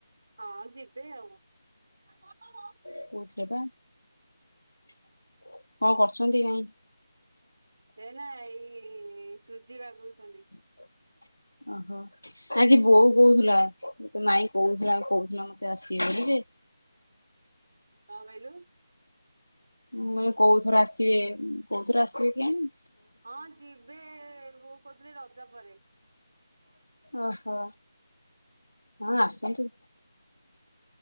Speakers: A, on the right (about 25°); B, on the left (about 90°).
A: ହଁ ଯିବେ ଆଉ। ହନ ଲୋ।
B: କହୁଥିଲେ ବା, କଣ କରୁଛନ୍ତି ମାଇଁ?
A: ଏଇନା ଏଇ ସୁଜି ବାଗଉଛନ୍ତି।
B: <unintelligible> ହୋ ଆଜି ବୋଉ କହୁଥିଲା ତୋ ମାଇଁ କହୁଥିଲା କହୁଥିଲା ମତେ ଆସିବେ ବୋଲି ଯେ।
A: କଣ କହିଲୁ?
B: ମୁଁ କୋଉଥରେ ଆସିବେ କୋଉଥରେ ଆସିବେ କେଜାଣି?
A: ହଁ ଯିବେ ବୋଉ କହୁଥିଲେ ରଜ ପରେ।
B: ଓହୋ ହଁ ଆସନ୍ତୁ।